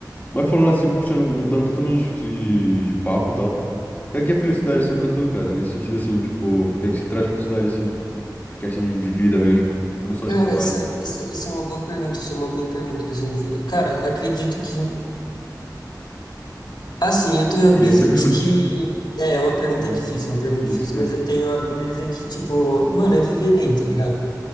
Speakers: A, on the left (about 20°); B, on the left (about 80°).
A: mas falando assim, puxando, mudando totalmente de, de, de papo e tal. O que é que é felicidade, assim, pra tu, cara? Nesse sentido, assim, tipo, o que é que se traz felicidade, assim? Questão de de vida mesmo, não só
B: Cara,
A: de trabalho.
B: isso, isso, isso é uma boa pergunta, isso é uma boa pergunta, questão de vida. Cara, acredito que, assim, eu tenho a
A: E
B: brisa
A: aí você <laughs> pergunta.
B: de que,
A: de-
B: é, é uma pergunta
A: Ah,
B: difícil, é
A: difícil,
B: uma pergunta difícil,
A: cara.
B: mas eu tenho a brisa que, tipo, mano, é viver bem, tá ligado?